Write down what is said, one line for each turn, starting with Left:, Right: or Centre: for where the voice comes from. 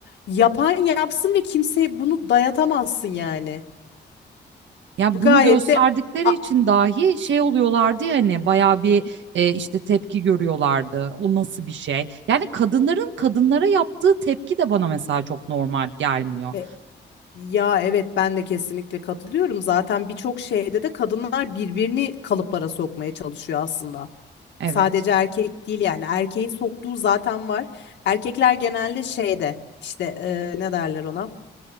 Left: yapan yapsın ve kimseye bunu dayatamazsın yani.
Right: Ya
Left: Bu
Right: bunu
Left: gayet
Right: gösterdikleri
Left: de A-
Right: için dahi şey oluyorlardı ya hani bayağı bir e, işte tepki görüyorlardı. O nasıl bir şey? Yani kadınların kadınlara yaptığı tepki de bana mesela çok normal gelmiyor.
Left: e, ya evet ben de kesinlikle katılıyorum. Zaten birçok şeyde de kadınlar birbirini kalıplara sokmaya çalışıyor aslında.
Right: Evet.
Left: Sadece erkek değil yani erkeğin soktuğu zaten var. Erkekler genelde şeyde işte e, ne derler ona?